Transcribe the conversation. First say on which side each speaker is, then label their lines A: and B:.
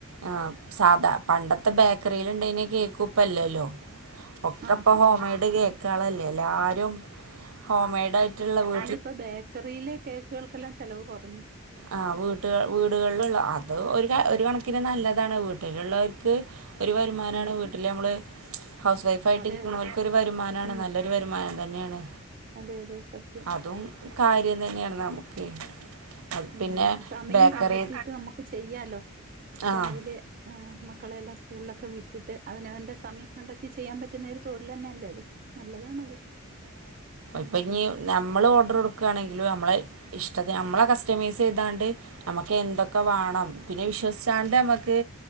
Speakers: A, on the right; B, on the right.
A: ആ സാധാ പണ്ടത്തെ ബേക്കറീൽ കേക്കൂപ്പല്ലല്ലോ. ഒക്കെ
B: ആഹ്
A: ഇപ്പൊ
B: ആഹ്
A: ഹോം മെയ്ഡ് കേക്കുകളല്ലേ.
B: ആഹ്
A: എല്ലാരും ഹോം മെയ്ഡ് ആയിട്ടുള്ള വീ
B: ഇപ്പൊ ബേക്കറിയിലെ കേക്കുകൾക്കെല്ലാം ചെലവ് കൊറഞ്ഞു.
A: ആ വീട്ട് വീടുകളിലുള്ള അത് ഒരു ക ഒരു കണക്കിന് നല്ലതാണ് വീട്ടിലുള്ളവർക്ക് ഒരു വരുമാനാണ്.
B: ഉം
A: വീട്ടില്
B: ഉം
A: നമ്മള്, ഹൗസ് വൈഫ് ആയിട്ട്
B: അതെ
A: ഇരിക്കണവർക്കു
B: അതെ
A: ഒരു വരുമാനാണ്.
B: ഉം
A: നല്ലൊരു വരുമാ തന്നെയാണ്.
B: അതെ, അതെ സത്
A: അതും കാര്യം തന്നെയാണ്. നമുക്ക് അത്
B: ഉം,
A: പിന്നെ
B: സമയം
A: ബേക്കറി
B: കണ്ടെത്തീട്ട് നമ്മുക്ക് ചെയ്യാലോ.
A: ആ
B: രാവിലെ, ആ മക്കളെയെ ല്ലാം സ്കൂളിലൊക്കെ വിട്ടിട്ട് അവനവന്റെ സമയം കണ്ടെത്തി ചെയ്യാൻ പറ്റുന്ന ഒരു തൊഴിൽ തന്നെയല്ലേ അത്. നല്ലതാണത് ഉം
A: അപ്പോ ഇനി നമ്മള് ഓർഡർ കൊടുക്കുകയാണെങ്കിലും നമ്മളെ ഇഷ്ടത്തി നമ്മളെ കസ്റ്റമൈസ് ചെയ്താണ്ട് നമ്മുക്ക് എന്തൊക്കെ വേണം. പിന്നെ ഇവരെ വിശ്വസിച്ചാണ്ട് നമ്മുക്ക്